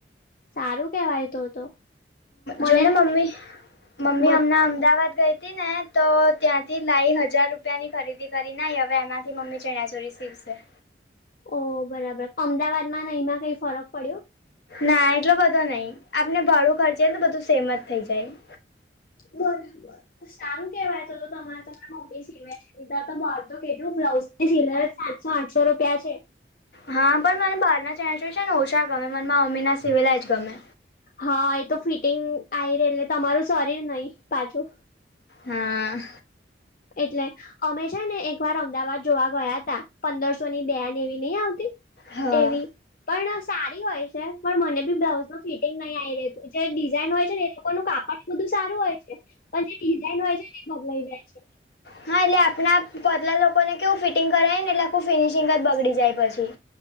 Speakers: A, on the left; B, on the left.
A: સારું કેવાય તો તો. મને
B: જો ને મમ્મી મમ્મી
A: મને
B: હમણાં અમદાવાદ ગઈ તી ને તો ત્યાંથી લાઈ હજાર રૂપિયાની ખરીદી કરી ના હવે એમાંથી મમ્મી ચણચોરી સીવશે.
A: ઓ બરાબર અમદાવાદમાં ને અઈમાં કઈ ફરક પડ્યો?
B: ના એટલો બધો નઈ આપને ભાડું ખર્ચીએ ને તો બધું સેમ અજ થઈ જાય.
A: બરાબર સારું કેવાય તો-તો તમારે તમારા મમ્મી સીમે છે તો તો કેટલું બ્લાઉઝની સિલાઈ સાતસો-આઠસો રૂપિયા છે!
B: હા પણ મને બહારના' ચણાયા-ચોલી' છે ને ઓછા ગમે મને મારા મમ્મીના સિવેલા જ ગમે.
A: હા એ તો ફિટિંગ આવી રે એટલે તમારું શરીર નહી પાછું.
B: હા
A: એટલે અમે છે ને એક વાર અમદાવાદ જોવા ગયા હતા પંદરસો ની બે ને એવી નહ આવતી.
B: હા
A: એવી પણ સારી હોય છે પણ મને બી બ્લાઉઝ ન ફિટિંગ નહીં આવી રતું જે ડિઝાઇન હોય છે ને એ લોકોનું કાપડ બધું સારું હોય છે પણ જે ડિઝાઇન હોય છે એ બગલાઈ જાય છે.
B: હા એટલે આપણા પતલા લોકોને કેવું ફિટિંગ કરાવીને એટલે આખું ફિનિશિંગ જ બગડી જાય પછી.